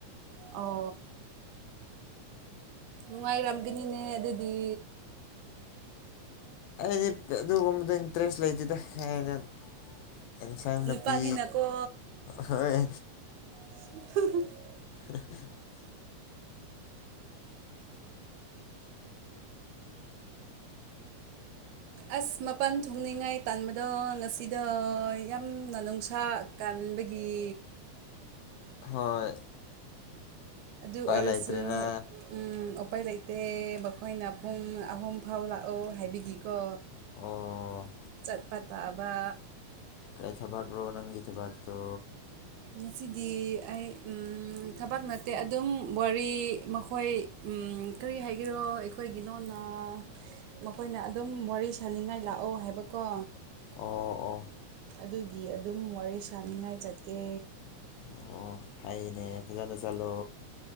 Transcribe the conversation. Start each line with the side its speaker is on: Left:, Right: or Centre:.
Right: ꯑꯣ ꯅꯨꯡꯉꯥꯏꯔꯝꯒꯅꯤꯅꯦ ꯑꯗꯨꯗꯤ
Left: ꯑꯩꯗꯤ ꯑꯗꯨꯒꯨꯝꯕꯗ ꯏꯟꯇꯔꯦꯁ ꯂꯩꯇꯦꯗꯅ ꯑꯦꯟꯁꯥꯡ ꯅꯥꯄꯤ
Right: ꯅꯨꯄꯥꯅꯤꯅꯀꯣ
Left: ꯍꯣꯏ
Right: <inaudible>
Left: <inaudible>
Right: ꯑꯁ ꯃꯄꯥꯟ ꯊꯣꯡꯅꯤꯡꯉꯥꯏ ꯇꯥꯟꯕꯗꯣ ꯉꯁꯤꯗ ꯌꯥꯝꯅ ꯅꯨꯡꯁꯥ ꯀꯟꯥꯟꯕꯒꯤ
Left: ꯍꯣꯏ
Right: ꯑꯗꯨ
Left: ꯎꯄꯥꯏ
Right: ꯑꯣꯏꯔꯁꯨ
Left: ꯂꯩꯇ꯭ꯔꯦꯅ
Right: ꯎ ꯎꯄꯥꯏ ꯂꯩꯇꯦ ꯃꯈꯣꯏꯅ ꯄꯨꯡ ꯑꯍꯨꯝ ꯐꯥꯎ ꯂꯥꯛꯑꯣ ꯍꯥꯏꯕꯤꯈꯤꯒꯦ ꯀꯣ
Left: ꯑꯣ
Right: ꯆꯠꯄ ꯇꯥꯕ
Left: ꯀꯥꯏꯊꯕꯒ꯭ꯔꯣ ꯅꯪ ꯒꯤ ꯊꯕꯥꯛꯇꯣ
Right: ꯉꯁꯤꯗꯤ ꯑꯩ ꯊꯕꯛ ꯅꯠꯇꯦ ꯑꯗꯨꯝ ꯋꯥꯔꯤ ꯃꯈꯣꯏ ꯀꯔꯤ ꯍꯥꯏꯒꯔꯣ ꯑꯩꯈꯣꯏꯒꯤ ꯂꯣꯅ ꯃꯈꯣꯏꯅ ꯑꯗꯨꯝ ꯋꯥꯔꯤ ꯁꯅꯤꯡꯉꯥꯏ ꯂꯥꯛꯑꯣ ꯍꯥꯏꯕꯀꯣ
Left: ꯑꯣ ꯑꯣ
Right: ꯑꯗꯨꯒꯤ ꯑꯗꯨꯝ ꯋꯥꯔꯤ ꯁꯥꯟꯅꯤꯡꯉꯥꯏ ꯆꯠꯀꯦ
Left: ꯑꯣ ꯑꯣ ꯍꯅꯦ ꯐꯖꯅ ꯆꯠꯂꯣ